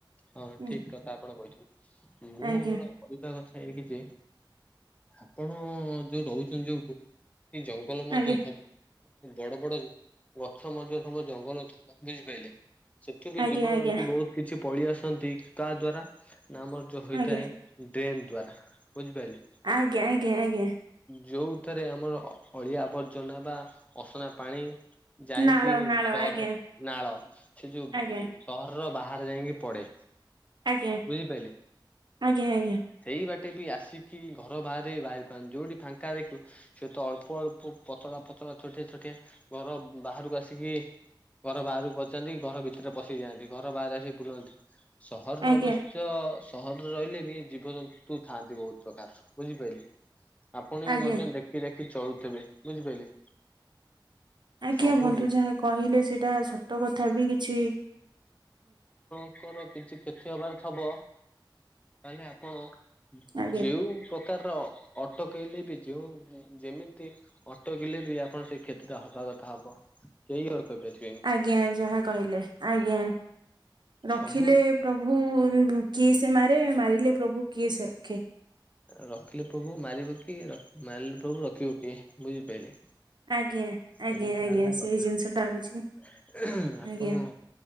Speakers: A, on the left (about 15°); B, on the right (about 65°).
A: ହଁ
B: ଉଁ,
A: ଠିକ କଥା ଆପଣ କହୁଛନ୍ତି ମୁଁର
B: ଆଜ୍ଞା
A: କରିବାହିବା କଥା ଏଇକି ଯେ ଆପଣ ଯୋଉ ରହୁଛନ୍ତି ଯୋଉଠୁ ଯ ଜଙ୍ଗଲ ମଧ୍ୟ
B: ଆଜ୍ଞା
A: ଥବ ବଡ ବଡ ଗଛ ମଧ୍ୟ ଥବ ଜଙ୍ଗଲ ଥବ ବୁଝିପାରିଲେ। ସେଠି ବି
B: ଆଜ୍ଞା
A: ଜୀବଜନ୍ତୁ
B: ଆଜ୍ଞା
A: ବହୁତ କିଛି ପଳି ଆସନ୍ତି କାହା ଦ୍ଵାରା ନା ଆମର ଯୋଉ ହେଇଥାଏ
B: ଆଜ୍ଞା
A: ଡ୍ରେନ୍ ଦ୍ଵାରା ବୁଝିପାରିଲି।
B: ଆଜ୍ଞା ଆଜ୍ଞା ଆଜ୍ଞା।
A: ଯୋଉଥିରେ ଆମର ଅ ଅଳିଆ ଆବର୍ଜନା ବା ଅସନା ପାଣି ଯାଇକି
B: ନାଳ ନାଳ
A: ସହର
B: ଆଜ୍ଞା
A: ନାଳ ସେ ଯୋଉ
B: ଆଜ୍ଞା
A: ସହରର ବାହାରେ ଯାଇକି ପଡେ
B: ଆଜ୍ଞା
A: ବୁଝିପାରିଲେ
B: ଆଜ୍ଞା ଆଜ୍ଞା
A: ସେଇ ବାଟେ ବି ଆସି କି ଘର ବାହାରେ ବାହାରି ପାରୁନ୍ତିି ଯୋଉଠି ଫାଙ୍କା ଦେଖିବ ସେ ତ ଅଳ୍ପ ଅଳ୍ପ ପତଳା ପତଳା ଛୋଟିଆ ଛୋଟିଆ ଘର ବାହାରକୁ ଆସିକି ଘର ବାହାରକୁ ପଶିଯାଆନ୍ତି ଘର ଭିତରେ ପଶି ଯାଆନ୍ତି ଘର ବାହାରେ ଆସି ବୁଲନ୍ତି ସହରର
B: ଆଜ୍ଞା
A: ଅବସ୍ ଶ୍ୟ ସହରରେ ରହିଲେ ବି ଜୀବଜନ୍ତୁ ଥାଆନ୍ତି ବହୁତ ପ୍ରକାର ବୁଝିପାରିଲି? ଆପଣ ବି
B: ଆଜ୍ଞା
A: ମଧ୍ୟ ଦେଖି ଦେଖି ଚଳୁଥିବେ ବୁଝିପାରିଲେ?
B: ଆଜ୍ଞା
A: ସବୁଠି
B: ବନ୍ଧୁ ଯାହା କହିଲେ ସେଇଟା ସତ କଥା ବି କିଛି
A: ଙ୍କର କିଛି କ୍ଷତିହେବାର ଥବ ତାହେଲେ ଆପଣ
B: ଆଜ୍ଞା
A: ଯେଉ ପ୍ରକାରର ଅଟକେଇଲେ ବି ଯେଉଁ ଯେମିତି ଅଟକିଲେ ବି ଆପଣ ସେ କ୍ଷତିରେ ହବା କଥା ହବ କେହି ଅଟ-କହିପାରିବେ
B: ଆଜ୍ଞା ଯାହା କହିଲେ ଆଜ୍ଞା ରଖିଲେ
A: ସବୁ
B: ପ୍ରଭୁ କିଏ ସେ ମାରେ ମାରିଲେ ପ୍ରଭୁ କିଏ ସେ ରଖେ।
A: ରଖିଲେ ପ୍ରଭୁ ମାରିବ କିଏ, ମାରିଲେ ପ୍ରଭୁ ରଖିବ କିଏ ବୁଝିପାରିଲି?
B: ଆଜ୍ଞା
A: ସେଇଟା
B: ଆଜ୍ଞା ଆଜ୍ଞା
A: ହେଲା
B: ସେଇ
A: କଥା
B: ଜିନିଷ ଟା ହଉଛି
A: ଆପଣ
B: ଆଜ୍ଞା